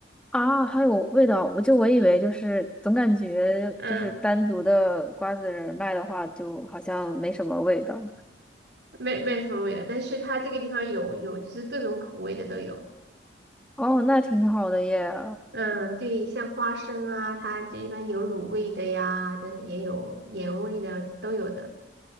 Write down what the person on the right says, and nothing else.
嗯，
没没有什么味的，但是它这个地方有有就是各种口味的都有。
嗯，对，像花生啊，它这一般有卤味的呀，但是也有盐味的，都有的，